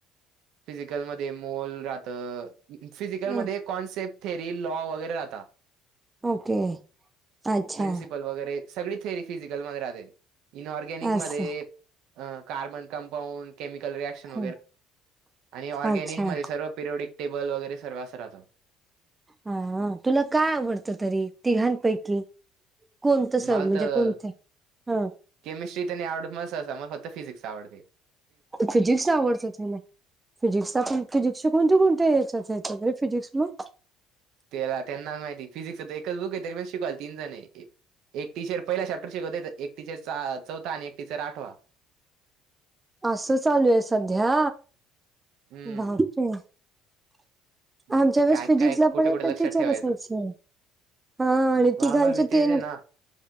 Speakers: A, on the right; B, on the right.
A: फिजिकलंमध्यें मोल राहतं फिजिकलंमध्यें
B: ह
A: कॉन्सेप्ट थेरी लॉ वगैरें राहतां.
B: ओके अच्छा
A: प्रिन्सिपल वगैरें सगळीं थेरी फिजिकलंमध्यें राहते इनं ऑर्गॅनिक
B: असं
A: मध्यें. अं कार्बन कंपाऊंड केमिकल रिएक्शन.
B: ह
A: आणि ऑर्गनिक
B: अच्छा
A: मं सरं पडेबलं वगैरें सर्व असं राहतं.
B: हां तुंला कायं आवडतं तरी तीघांपैकिं. कोणतं सरं
A: मला
B: म्हणजे
A: तर
B: कोणतें हां.
A: केमिस्ट्री तनी आवडतं मलां सं मलां फक्तं फिजिक्सं आवडतं.
B: फिजिक्स आवडतं तुलां. फिजिक्संण फिजिक्संच्या कोणते कोणतेच्यांत फिजिक्स मंग.
A: त्यांला त्यांना माहिती फिजिक्स एकचं बुंक आहे तरी म शिकवालं तीनं जणं आहे. एक टीचरं पहिला चॅप्टर शिकवते एक टीचरं चौथा आणि एक टीचरं आंठवा.
B: असं चालूं आहे संध्या
A: हम्म
B: बाकी- आमच्यां
A: मग ते
B: वेळेसं
A: काय
B: फिजिक्सं
A: काय
B: लां
A: कुठे
B: पणं
A: कुठे
B: एक
A: लक्षात
B: टीचरं
A: ठेवायचं
B: असांयची. हां आणि
A: मग
B: तीघांचे
A: आम्हाला बी तेच
B: तीनं.
A: आहे ना